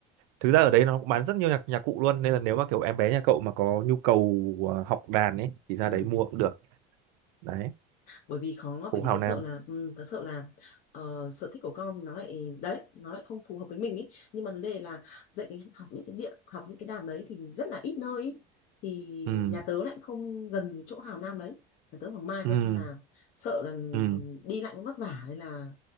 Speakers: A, on the right; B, on the left.
A: thực ra ở đấy nó cũng bán rất nhiều nhạc nhạc cụ luôn nên là nếu mà kiểu em bé nhà cậu mà có nhu cầu ờ, học đàn ấy thì ra
B: ừ.
A: đấy mua cũng được đấy
B: bởi vì khó
A: phố
B: bởi vì
A: Hào
B: tớ
A: Nam
B: sợ là ừ, tớ sợ là ờ, sở thích của con thì nó lại đấy nó lại không phù hợp với mình ý nhưng mà vấn đề là dạy cái học những cái điện học những cái đàn đấy thì rất là ít nơi ý. thì
A: ừ
B: nhà tớ lại không gần với chỗ Hào Nam đấy nhà tớ ở Hoàng Mai
A: ừ
B: cơ nên là sợ là
A: ừ
B: đi lại cũng vất vả nên là